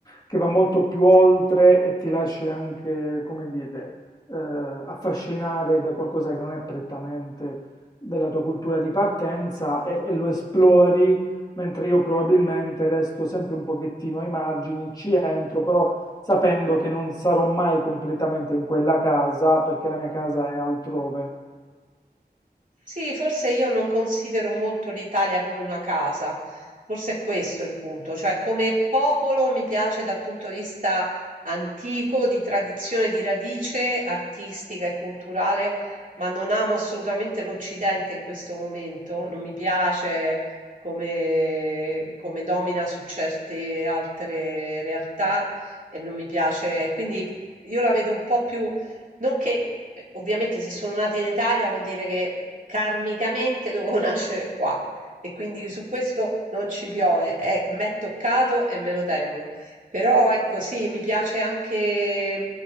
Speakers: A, on the left; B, on the right.
A: che va molto più oltre e ti lasci anche, come dire, eh, affascinare da qualcosa che non è prettamente della tua cultura di partenza e, e lo esplori, mentre io probabilmente resto sempre un pochettino ai margini, ci entro, però sapendo che non sarò mai completamente in quella casa perché la mia casa è altrove.
B: Sì, forse io non considero molto l'Italia come una casa, forse è questo il punto, cioè come popolo mi piace dal punto di vista antico, di tradizione, di radice artistica e culturale, ma non amo assolutamente l'Occidente in questo momento, non mi piace come, come domina su certe altre realtà e non mi piace, quindi io la vedo un po' più Nonché, beh, ovviamente se sono nata in Italia vuol dire che karmicamente dovevo <laughs> nascere qua e quindi su questo non ci piove, è, m'è toccato e me lo tengo. Però ecco sì, mi piace anche